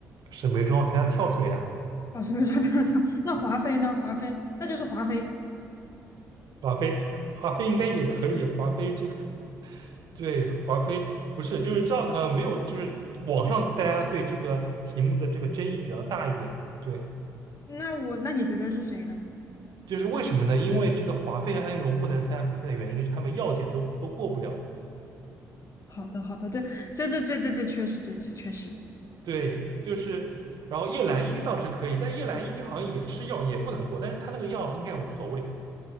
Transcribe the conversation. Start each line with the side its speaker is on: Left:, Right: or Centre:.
Right: 沈眉庄参加跳水呀、
Left: 哦，沈眉庄她跳。<laughs> 那华妃呢？华妃那就是华妃。
Right: 华妃，华妃应该也可以。华妃这个对华妃不是，就是这道题好像没有，就是网上大家对这个题目的这个争议比较大一点。对，
Left: 那我那你觉得是谁呢？
Right: 就是为什么呢？因为这个华妃和安陵容不能参加比赛的原因是他们药检都都过不了。
Left: 好的，好的，这这这这这这确实，这这确实，
Right: 对，就是，然后叶澜依倒是可以，但叶澜依好像也吃药也不能过，但是她那个药应该无所谓。